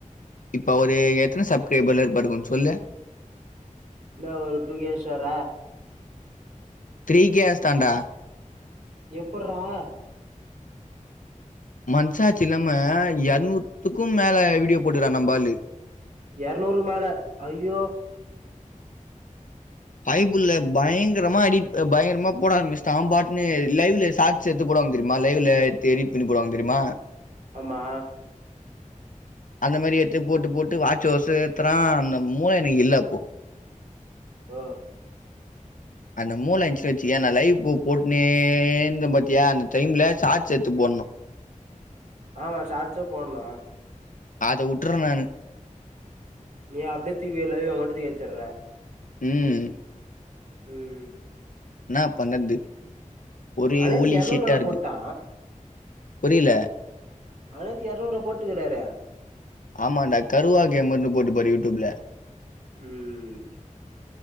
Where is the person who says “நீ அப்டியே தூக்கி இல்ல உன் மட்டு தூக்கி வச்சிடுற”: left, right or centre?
Right